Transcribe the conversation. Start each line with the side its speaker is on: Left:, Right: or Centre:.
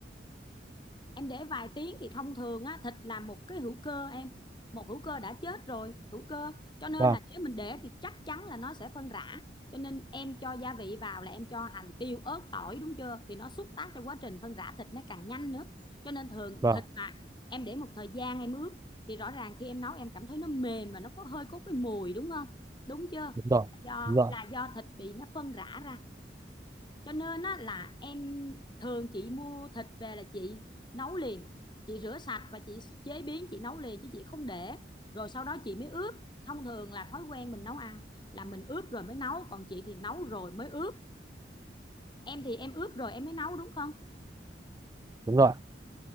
Left: em để vài tiếng thì thông thường á thịt là một cái hữu cơ em một hữu cơ đã chết rồi hữu cơ cho nên
Right: vâng
Left: là nếu mình để thì chắc chắn là nó sẽ phân rã cho nên em cho gia vị vào là em cho hành tiêu ớt tỏi đúng chưa thì nó xúc tác cho quá trình phân rã thịt nó càng nhanh nữa cho nên thường
Right: vâng
Left: thịt mà em để một thời gian em ướp thì rõ ràng khi em nấu em cảm thấy nó mềm mà nó có hơi có cái mùi đúng không đúng chưa
Right: đúng rồi
Left: là do
Right: đúng rồi
Left: là do thịt bị nó phân rã ra cho nên á, là em thường chị mua thịt về là chị nấu liền chị rửa sạch và chị chế biến chị nấu liền chứ chị không để rồi sau đó chị mới ướp thông thường là thói quen mình nấu ăn là mình ướp rồi mới nấu còn chị thì nấu rồi mới ướp em thì em ướp rồi em mới nấu đúng không
Right: đúng rồi